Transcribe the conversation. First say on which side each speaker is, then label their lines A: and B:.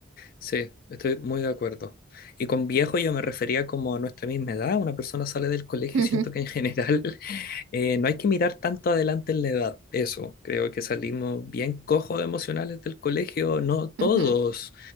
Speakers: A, on the left; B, on the right.
A: Sí, estoy muy de acuerdo. Y con viejo yo me refería como a nuestra misma edad. Una persona sale del colegio
B: <laughs>
A: y siento que en general <laughs> eh, no hay que mirar tanto adelante en la edad. Eso, creo que salimos bien cojos emocionales del colegio, no todos,
B: Ujú, ujú,